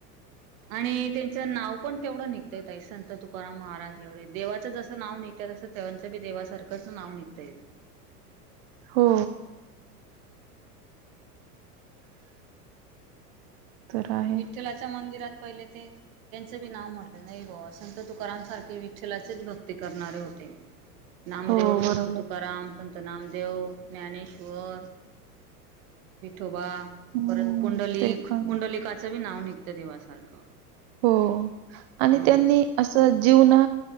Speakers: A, on the right; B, on the right.
A: आणि त्यांच नाव पण तेवढं निघत तई संत तुकाराम महाराज एवढे देवाचं जसं नाव निघतय तसं तेवचं बी देवासारखंच नाव निघतय
B: हो
A: ‌
B: तर आहे
A: विठ्ठलाच्या मंदिरात पहिले ते त्यांचं बी नाव म्हटलं नाही बा संत तु तुकारमसारखे विठ्ठलाचेच भक्ती करणारे होते नामदेव
B: हो
A: संत
B: बरोबर
A: तुकाराम संत नाम देेव ज्ञानेश्वर विठोबा परत
B: हम्म
A: पुंडलिक
B: ते पण
A: पुंडलिकाचं
B: आहे.
A: बी नाव निघतं देवासारखं
B: हो आणि
A: हम्म
B: त्यांनी असं जीवना